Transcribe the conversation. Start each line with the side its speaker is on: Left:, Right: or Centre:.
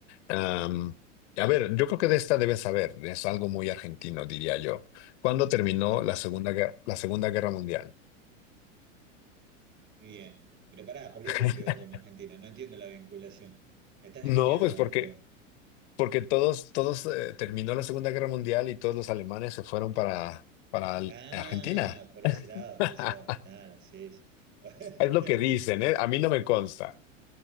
Left: Am,
Right: Bueno,
Left: a ver, yo creo que de esta debes saber, es algo muy argentino, diría yo. ¿Cuándo terminó
Right: A ver,
Left: la Segunda Guerra, la Segunda Guerra Mundial?
Right: bien. Pero pará, ¿por qué
Left: <laughs>
Right: tiene que ver con Argentina? No entiendo la vinculación. Me estás
Left: No,
Right: engañando
Left: pues
Right: con
Left: porque,
Right: la pregunta.
Left: porque todos, todos eh, terminó la Segunda Guerra Mundial y todos los alemanes se fueron para, para
Right: Ah,
Left: Argentina.
Right: por ese lado,
Left: <laughs>
Right: por ese lado. Claro, sí, sí. <laughs>
Left: Es lo que dicen, ¿eh? A mí no me consta.